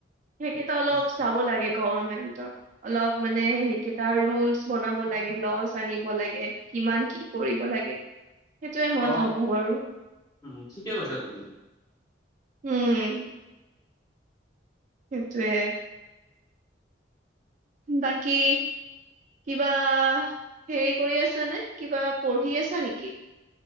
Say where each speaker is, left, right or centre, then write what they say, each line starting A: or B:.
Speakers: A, on the right (about 40°); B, on the left (about 20°).
A: সেইকেইটা অলপ
B: উম উম
A: চাব লাগে ক এনে অলপ মানে সেইকেইটা ৰোলচ বনাব লাগে, ললচ আনিব লাগে কিমান কি কৰিব লাগে। সেইটোয়ে মই
B: অঁ
A: ভাবো আৰু
B: উম ঠিকে কৈছা তুমি।
A: উম সেইটোৱে। বাকী কিবা হেৰি কৰি আছা নে কিবা পঢ়ি আছা নেকি?